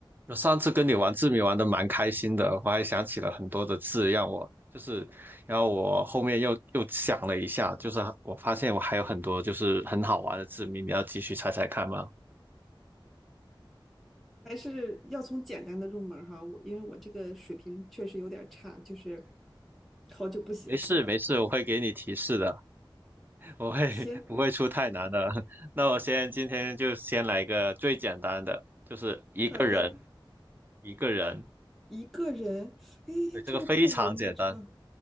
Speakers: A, on the right (about 20°); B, in the centre.
A: 我上次跟你玩字谜玩的蛮开心的，我还想起了很多的字，让我就是，然后我后面又又想了一下，就是我发现我还有很多就是很好玩的字谜，你要继续猜猜看吗？
B: 还是要从简单的入门儿哈，我因为我这个水平确实有点儿差，就是好久不写字了。
A: 没事没事，我会给你提示的，我会 <laughs>
B: 行，
A: 不会出太难的。<laughs> 那我先今天就先来一个最简单的，就是一个人
B: 好的，
A: 一个人，
B: 一个人，哎，
A: 对，这个非常简单，
B: 这个这个我应该知道，